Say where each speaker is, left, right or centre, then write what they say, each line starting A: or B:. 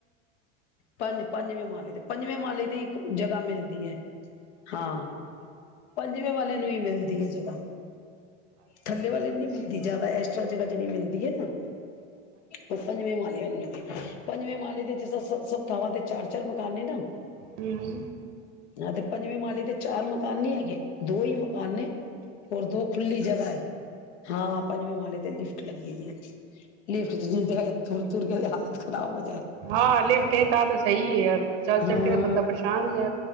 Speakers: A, on the left; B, on the right.
A: ਪੰਜ ਪੰਜਵੇਂ ਮਾਲੇ ਤੇ ਪੰਜਵੇਂ ਮਾਲੇ ਤੇ ਹੀ ਜਗ੍ਹਾ ਮਿਲਦੀ ਹੈ ਹਾਂ ਪੰਜਵੇਂ ਵਾਲੇ ਨੂੰ ਹੀ ਮਿਲਦੀ ਹੈ ਜਗ੍ਹਾ ਥੱਲੇ ਵਾਲੇ ਨੁੰ ਨੀ ਮਿਲਦੀ। ਜਿਆਦਾ ਐਸ, ਆ ਜਗ੍ਹਾ ਜਿਹੜੀ ਮਿਲਦੀ ਹੈ ਨਾ, ਉਹ ਪੰਜਵੇਂ ਮਾਲੇ ਦੇ, ਹਾਂ, ਪੰਜਵੇਂ ਮਾਲੇ ਤੇ ਜਿਸ ਸਭ, ਥਾਵਾਂ ਦੇ ਚਾਰ-ਚਾਰ ਮਕਾਨ ਨੇ ਨਾ
B: ਹੂੰ-ਹੂੰ,
A: ਹਾਂ ਤੇ ਪੰਜਵੀਂ ਮਾਲੇ ਤੇ ਚਾਰ ਮਕਾਨ ਨੀ ਹੈਗੇ। ਦੋ ਹੀ ਮਕਾਨ ਨੇ ਔਰ ਦੋ ਖੁੱਲੀ ਜਗ੍ਹਾ ਹੈ ਹਾਂ। ਪੰਜਵੇ ਮਾਲੇ, ਲਿਫਟ ਲੱਗੀ ਹੋਈ ਐ। ਲਿਫਟੀ ਤ ਤੁਰਦਾ ਹਾਲਤ ਖਰਾਬ ਹੋ ਜਾਏ
B: ਹਾਂ ਲਿਫਟ ਹੈ ਤਾਂ ਤੇ ਸਹੀ ਹੈ ਯਾਰ ਚੱਲ ਚੜ੍ਹ
A: ਹਾਂ
B: ਕੇ ਤਾਂ ਬੰਦਾ ਪਰੇਸ਼ਾਨ ਹੋ ਜਾਏ।